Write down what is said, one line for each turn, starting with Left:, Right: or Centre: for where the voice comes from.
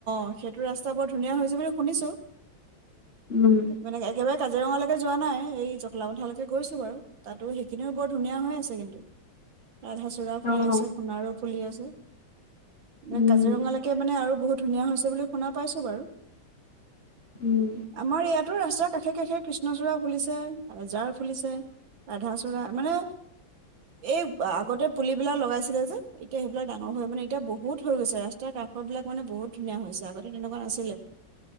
Right: অ', সেইটো ৰাস্তা বৰ ধুনীয়া হৈছে বুলি শুনিছোঁ।
Left: উম
Right: মানে একেবাৰে কাজিৰঙালৈকে যোৱা নাই, এই জখলাবন্ধা লৈকে গৈছো বাৰু তাতো সেইখিনিও বৰ ধুনীয়া হৈ আছে কিন্তু। ৰাধাচূড়া ফুলি
Left: অ
Right: আছে, সোণাৰো। ফুলি আছে। নে
Left: উম
Right: কাজিৰঙালেকে আৰু বহুত ধুনীয়া হৈছে বুলি শুনা পাইছোঁ বাৰু।
Left: উম।
Right: আমাৰ ইয়াতো ৰাস্তাৰ কাষে, কাষে কৃষ্ণচূড়া ফুলিছে, এজাৰ ফুলিছে, ৰাধাচূড়া মানে এই আগতে পুলিবিলাক লগাইছিলে যে, এতিয়া সেইবিলাক ডাঙৰ হৈ মানে এতিয়া বহুত হৈ গৈছে ৰাস্তাৰ কাষ বিলাক মানে বহুত ধুনীয়া হৈছে আগতে তেনেকুৱা নাছিলে।